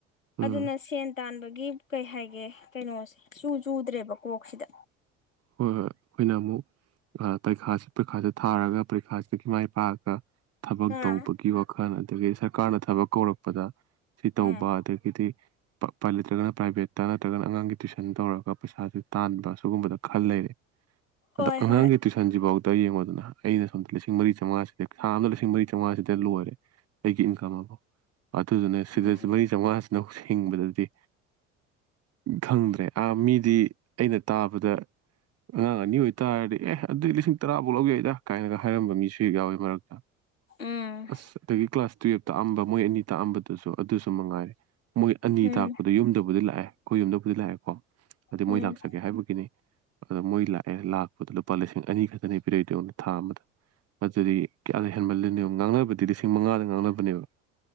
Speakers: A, on the right; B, on the left.
A: ꯎꯝ
B: ꯑꯗꯨꯅ ꯁꯦꯟ ꯇꯥꯟꯕꯒꯤ ꯀꯩ ꯍꯥꯏꯒꯦ ꯀꯩꯅꯣꯁꯦ ꯆꯨ ꯆꯨꯗ꯭ꯔꯦꯕ ꯀꯣꯛꯁꯤꯗ
A: ꯍꯣꯏ ꯍꯣꯏ ꯑꯩꯈꯣꯏꯅ ꯑꯃꯨꯛ ꯄꯔꯤꯈꯥꯁꯤ ꯄꯔꯤꯈꯥꯁꯤ ꯊꯥꯔꯒ ꯄꯔꯤꯈꯥꯁꯤꯗꯒꯤ ꯃꯥꯏ ꯄꯥꯛꯑꯒ ꯊꯕꯛ
B: ꯑꯥ
A: ꯇꯧꯕꯒꯤ ꯋꯥꯈꯜ ꯑꯗꯒꯤ ꯁꯔꯀꯥꯔꯅ ꯊꯕꯛ ꯀꯧꯔꯛꯄꯗ ꯁꯤ
B: ꯎꯝ
A: ꯇꯧꯕ ꯑꯗꯒꯤꯗꯤ ꯄꯥꯏ ꯂꯩꯇ꯭ꯔꯒꯅ ꯄ꯭ꯔꯥꯏꯚꯦꯠꯇ ꯅꯠꯇ꯭ꯔꯒꯅ ꯑꯉꯥꯡꯒꯤ ꯇꯨꯏꯁꯟ ꯇꯧꯔꯒ ꯄꯩꯁꯥꯥꯁꯦ ꯇꯥꯟꯕ ꯁꯤꯒꯨꯝꯕ ꯈꯜ ꯂꯩꯔꯦ
B: ꯍꯣꯏ
A: ꯑꯗꯣ ꯑꯉꯥꯡꯒꯤ
B: ꯍꯣꯏ
A: ꯇꯨꯏꯁꯟꯁꯤꯐꯥꯎ ꯌꯦꯉꯨꯗꯨꯅ ꯑꯩꯅ ꯁꯣꯝꯗ ꯂꯤꯁꯤꯡ ꯃꯔꯤ ꯆꯥꯃꯉꯥꯁꯦ ꯊꯥ ꯑꯃꯗ ꯂꯤꯁꯤꯡ ꯃꯔꯤ ꯆꯧꯉꯥꯁꯤꯗ ꯂꯣꯏꯔꯦ ꯑꯩꯒꯤ ꯏꯟꯀꯝ ꯑꯕꯨ ꯑꯗꯨꯗꯨꯅꯦ ꯁꯤꯗ
B: ꯎꯝ
A: ꯃꯔꯤ ꯆꯥꯝꯃꯉꯥꯁꯤꯅ ꯍꯧꯖꯤꯛ ꯍꯤꯡꯕꯗꯗꯤ ꯈꯪꯗ꯭ꯔꯦ ꯃꯤꯗꯤ ꯑꯩꯅ ꯇꯥꯕꯗ ꯑꯉꯥꯡ ꯑꯅꯤ ꯑꯣꯏ ꯇꯥꯔꯗꯤ ꯑꯦ ꯑꯗꯨꯗꯤ ꯂꯤꯁꯤꯡ ꯇꯔꯥꯐꯧ ꯂꯧ ꯌꯥꯏꯗ ꯀꯥꯏꯅꯒ ꯍꯥꯏꯔꯝꯕ ꯃꯤꯁꯨꯛ ꯌꯥꯎꯋꯤ ꯃꯔꯛꯇ
B: ꯎꯝ
A: ꯑꯁ ꯑꯗꯒꯤ ꯀ꯭ꯂꯥꯁ ꯇꯨꯌꯦꯜꯞ ꯇꯥꯛꯑꯝꯕ ꯃꯣꯏ ꯑꯅꯤ ꯇꯑꯝꯕꯗꯨꯁꯨ ꯑꯗꯨ ꯁꯨꯝ ꯃꯉꯥꯏꯔꯦ ꯃꯣꯏ ꯑꯅꯤ
B: ꯎꯝ
A: ꯇꯥꯛꯄꯗ ꯌꯨꯝꯗꯕꯨꯗꯤ ꯂꯥꯛꯑꯦ ꯑꯩꯈꯣꯏ ꯌꯨꯝꯗꯕꯨꯗꯤ ꯂꯥꯛꯑꯦꯀꯣ ꯑꯗꯨꯗꯤ
B: ꯎꯝ
A: ꯃꯣꯏ ꯂꯥꯛꯆꯒꯦ ꯍꯥꯏꯕꯒꯤꯅꯤ ꯑꯗꯣ ꯃꯣꯏ ꯂꯥꯛꯑꯦ ꯂꯥꯛꯄꯗ ꯂꯨꯄꯥ ꯂꯤꯁꯤꯡ ꯑꯅꯤ ꯈꯛꯇꯅꯤ ꯄꯤꯔꯛꯏꯗꯣ ꯑꯩꯉꯣꯟꯗ ꯊꯥ ꯑꯃꯗ ꯑꯗꯨꯗꯤ ꯀꯌꯥ ꯂꯩ ꯍꯦꯟꯃꯜꯂꯤꯅꯣ ꯗꯤ ꯂꯤꯁꯤꯡ ꯃꯉꯥꯗ ꯉꯥꯡꯅꯕꯅꯦꯕ